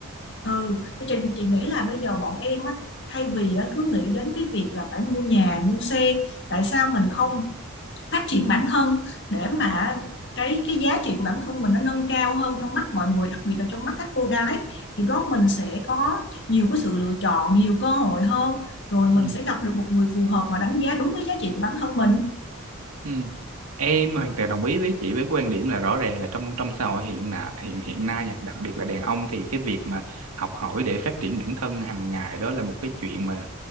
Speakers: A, on the left; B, on the right.
A: ừ chị, chị nghĩ là bây giờ bọn em á thay vì á, cứ nghĩ đến cái việc là phải mua nhà mua xe tại sao mình không phát triển bản thân để mà cái cái giá trị của bản thân mình nó nâng cao hơn trong mắt mọi người đặc biệt là trong mắt các cô gái thì đó mình sẽ có nhiều cái sự lựa chọn nhiều cơ hội hơn rồi
B: ừ
A: mình sẽ gặp được một người phù hợp mà đánh giá đúng cái giá trị của bản thân mình
B: ừ em hoàn toàn đồng ý với chị với quan điểm là rõ ràng là trong trong xã hội hiện nay hiện hiện nay nha, đặc biệt là đàn ông thì cái việc mà học hỏi để phát triển bản thân hàng ngày đó là một cái chuyện mà